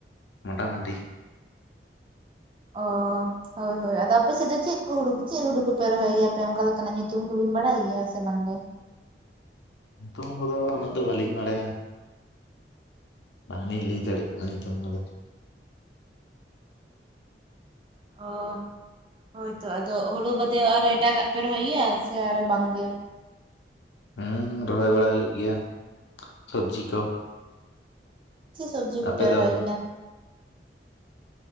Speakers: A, on the left (about 80°); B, on the right (about 30°).
A: ᱢᱚᱴᱟᱢᱩᱴᱤ
B: ᱚ ᱦᱳᱭ ᱦᱳᱭ ᱟᱫᱚ ᱟᱯᱮ ᱥᱮᱫ ᱫᱚ ᱪᱮᱫ ᱠᱚ ᱦᱩᱲᱩ ᱪᱮᱫ ᱦᱩᱲᱩ ᱠᱚᱯᱮ ᱨᱚᱦᱚᱭ ᱜᱮᱭᱟᱯᱮ ᱚᱱᱠᱟ ᱞᱮᱠᱟᱱᱟᱜ ᱧᱩᱛᱩᱢ ᱠᱚᱵᱤᱱ ᱵᱟᱲᱟᱭ ᱜᱮᱭᱟ ᱥᱮ ᱵᱟᱝᱜᱮ
A: ᱛᱩᱝ <inaudible> ᱠᱚ ᱫᱚ ᱚᱱᱟ ᱫᱚ ᱵᱟᱞᱤᱧ ᱵᱟᱰᱟᱭᱟ ᱾ ᱵᱟᱝᱞᱤᱞ ᱞᱟᱹᱭ ᱫᱟᱲᱮᱜ ᱠᱟᱱᱟ ᱞᱩᱛᱩᱢ ᱠᱚᱫᱚ ᱾
B: ᱚᱻ ᱦᱳᱭᱛᱚ ᱟᱫᱚ ᱦᱩᱲᱩ ᱵᱟᱫᱮ ᱟᱨᱚ ᱮᱴᱟᱜᱟᱜ ᱯᱮ ᱨᱚᱦᱚᱭ ᱜᱮᱭᱟ ᱥᱮ ᱟᱨᱚ ᱵᱟᱝᱜᱮ
A: ᱦᱩᱸᱻ ᱨᱚᱦᱚᱭ ᱵᱟᱲᱟ ᱦᱩᱭᱩᱜ ᱜᱮᱭᱟ ᱥᱚᱵᱽᱡᱤ ᱠᱚ
B: ᱪᱮᱫ ᱥᱚᱵᱽᱡᱤ ᱠᱚᱯᱮ
A: ᱟᱯᱮ
B: ᱨᱚᱦᱚᱭ
A: ᱫᱚ
B: ᱜᱮᱭᱟ